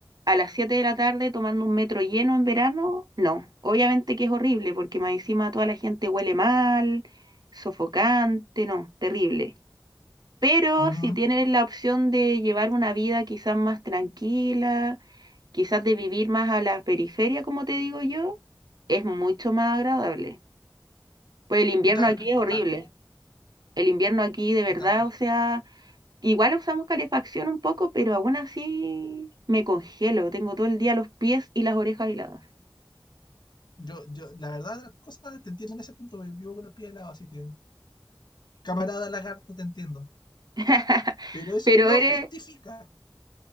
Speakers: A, on the right; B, on the left.
A: a las 7 de la tarde tomando un metro lleno en verano, no, obviamente que es horrible porque más encima toda la gente huele mal, sofocante, no, terrible. Pero
B: ujú.
A: si tienes la opción de llevar una vida quizás más tranquila Quizás de vivir más a la periferia, como te digo yo, es mucho más agradable. Pues el invierno
B: Ya,
A: aquí es
B: Total,
A: horrible. El invierno aquí de verdad,
B: total.
A: o sea, igual usamos calefacción un poco, pero aún así me congelo. Tengo todo el día los pies y las orejas heladas.
B: Yo, yo, la verdad, las cosas te entiendo en ese punto, vivo con los pies helados, así que, camarada lagarto, te entiendo.
A: <laughs>
B: Pero eso
A: Pero
B: no
A: eres...
B: justifica